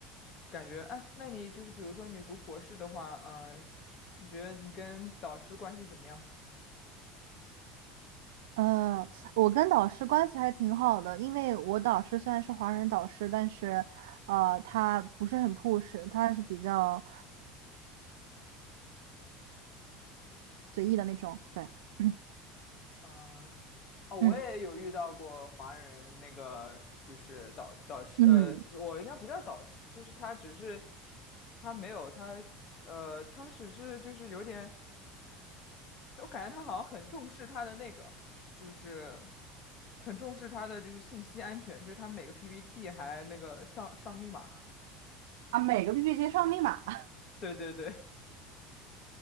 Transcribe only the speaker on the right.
呃，我跟导师关系还挺好的，因为我导师虽然是华人导师，但是，呃，他不是很 push，他是比较随意的那种。对，嗯
嗯
嗯，
啊，每个 PPT 上密码，<laughs>